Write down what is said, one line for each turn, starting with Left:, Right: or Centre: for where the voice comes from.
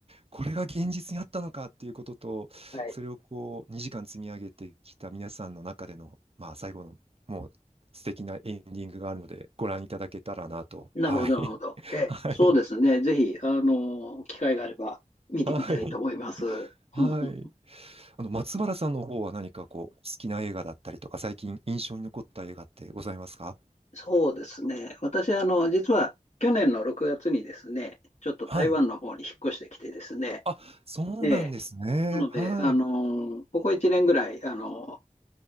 Right: これが現実にあったのかっていうことと、
Left: はい。
Right: それをこう、2時間積み上げてきた皆さんの中での、まあ、最後の、もう素敵なエンディングがあるので、ご覧いただけたらなと。
Left: なるほど、
Right: はい。
Left: なるほど。
Right: <laughs>
Left: ええ、
Right: はい。
Left: そうですね。ぜひ、あの、機会があれば見てみたいと思います。
Right: はい。
Left: う
Right: はい。
Left: んうん、
Right: あの、松原さんの方は何かこう、好きな映画だったりとか、最近印象に残った映画ってございますか
Left: そうですね。私、あの、実は去年の6月にですね、ちょっと台湾の方に引っ越してきてですね、
Right: はい。あ、そうなんですね。
Left: ええ、なので、
Right: はい。
Left: あの、ここ1年ぐらい、あの、